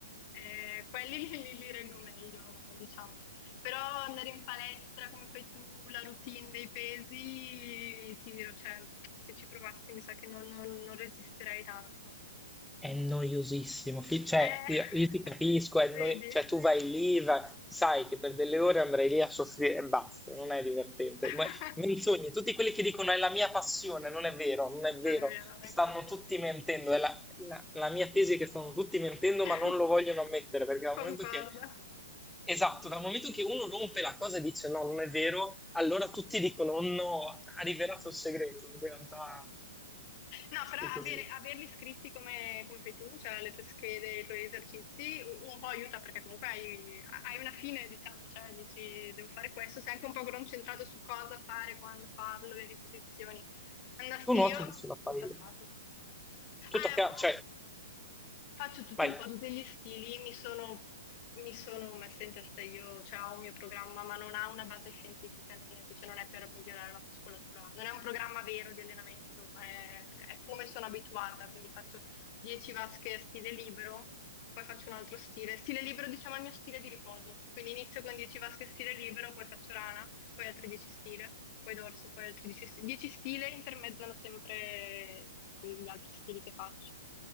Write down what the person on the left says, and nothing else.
Eh, quelli <laughs> li, li- li reggo meglio, diciamo. Però andare in palestra, come fai tu, la routine dei pesi, ti dirò, cioè, se ci provassi mi sa che non, non- non resisterei tanto.
Eh,
<laughs>
vedi?
<laughs>
Non è vero, ecco.
<laughs>
Concordo.
No,
però
avere- averli scritti come, come fai tu, cioè le tue schede, i tuoi esercizi, u- un po' aiuta perché comunque hai, hai una fine, diciamo, cioè dici devo fare questo, sei anche un po' concentrato su cosa fare, quando farlo, le ripetizioni. Andassi
io,
tutto a caso.
Eh,
boh,
Faccio tutti
un po' tutti gli stili, mi sono, mi sono messa in testa io, cioè ho un mio programma, ma non ha una base scientifica né niente, cioè non è per migliorare la muscolatura, non è un programma vero di allenamento, è, è come sono abituata, quindi faccio 10 vasche a stile libero, poi faccio un altro stile. Stile libero, diciamo, è il mio stile di riposo, quindi inizio con 10 vasche a stile libero, poi faccio rana, poi altri 10 stile, poi dorso, poi altri 10 stile, 10 stile intermezzano sempre gli altri stili che faccio.